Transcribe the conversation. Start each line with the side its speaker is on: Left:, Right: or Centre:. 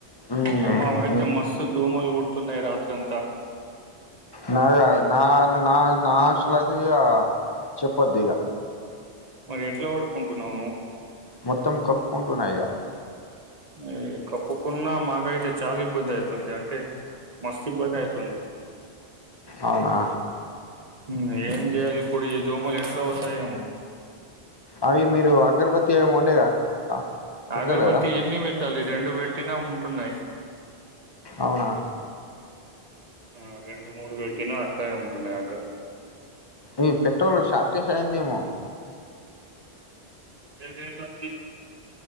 Left: మ్మ్.
Right: ఏం మామ అయితే మస్త్ ధూమ్ మ్మలు గుడుతున్నాయి రాత్రంతా
Left: నాది గా నా నా నా హాస్టల్ అయితే ఇగ చెప్పొద్దు ఇగ
Right: మరి ఎట్లా పడుకుంటున్నావు నువ్వు
Left: మొత్తం కప్పుకుంటూన్నా ఇగ
Right: ఈ కప్పుకున్నా మాకైతే చాలా ఇబ్బంది అయితుంది అంటే మస్తు ఇబ్బంది అయితుంది
Left: అవునా
Right: హ్మ్ ఏం చెయాలి ఇప్పుడు ఈ దోమలు ఎట్లా పోతయేమో
Left: అవి మీరు అగర్బతి ఏమో ఉంటాయ్ గా కా పెడతలేరా
Right: అగర్భతి ఎన్ని పెట్టాలి రెండు పెట్టినా ఉంటున్నాయి
Left: అవునా
Right: ఆ రెండు మూడు పెట్టినా అట్ల నే ఉంటున్నాయి ఓకే
Left: ఈ పెట్రోల్ షార్టేష్ అయిందేమో
Right: ఏంది ఏంది అంది